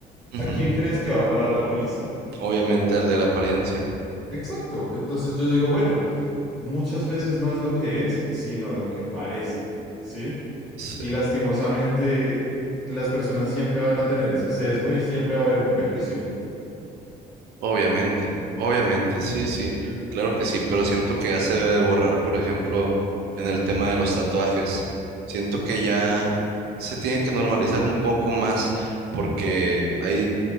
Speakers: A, on the right; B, on the left.
A: Ujú,
B: ¿A quién crees que va a parar la policía?
A: Obviamente al de la apariencia.
B: Exacto, entonces yo digo, bueno, muchas veces no es lo que es, sino lo que parece, ¿sí?
A: Sí.
B: Y lastimosamente las personas siempre van a tener ese sesgo y siempre va a haber un prejuicio.
A: Obviamente, obviamente, sí, sí, claro que sí, pero siento que ya se debe de borrar, por ejemplo, en el tema de los tatuajes. Siento que ya se tiene que normalizar un poco más, porque hay,